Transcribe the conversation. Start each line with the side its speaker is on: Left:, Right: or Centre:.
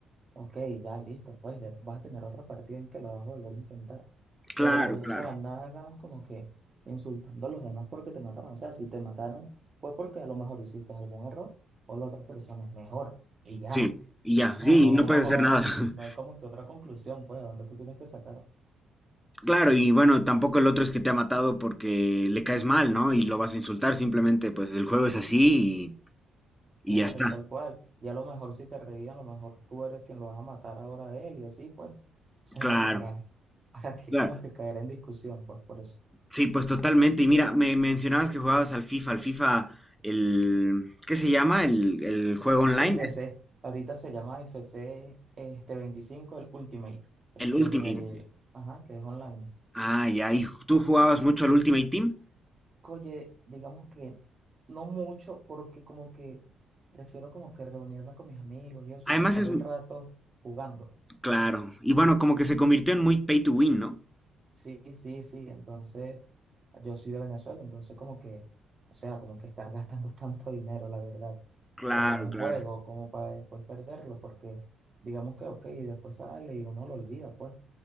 Right: Ok, ya listo, pues ya vas a tener otra partida en que lo vas a volver a intentar. Pero,
Centre: Claro, claro.
Right: o sea, nada ganas como que insultando a los demás porque te mataron. O sea, si te mataron fue porque a lo mejor hiciste algún error o la otra persona es mejor. Y ya.
Centre: Sí, y ya,
Right: O sea,
Centre: sí,
Right: no,
Centre: no puedes hacer nada. <laughs>
Right: <laughs> no hay como que otra conclusión, pues, donde tú tienes que sacar.
Centre: Claro, y bueno, tampoco el otro es que te ha matado porque le caes mal, ¿no? Y lo vas a insultar, simplemente pues el juego es así
Right: Claro,
Centre: y, y ya está.
Right: tal cual. Y a lo mejor si te reían, a lo mejor tú eres quien lo vas a matar ahora a él y así, pues. <laughs> O sea,
Centre: Claro,
Right: para, para que
Centre: claro.
Right: como que caer en discusión, pues, por eso.
Centre: Sí, pues totalmente. Y mira, me mencionabas que jugabas al FIFA, al FIFA, el, ¿qué se llama? El, el juego online,
Right: F C, ahorita se llama F C este 25 el Ultimate, creo
Centre: el Ultimate.
Right: que es el, ajá, que es online.
Centre: Ah, ya, y tú jugabas mucho al Ultimate Team.
Right: Oye, digamos que no mucho, porque como que prefiero como que reunirme con mis amigos y eso
Centre: Además
Right: y pasar
Centre: es,
Right: el rato jugando.
Centre: claro, y bueno, como que se convirtió en muy pay to win, ¿no?
Right: Sí, sí, sí, entonces yo soy de Venezuela, entonces como que, o sea, como que estar gastando <laughs> tanto dinero, la verdad,
Centre: Claro,
Right: en un
Centre: claro.
Right: juego como para después perderlo, porque digamos que, ok, después sale y uno lo olvida, pues.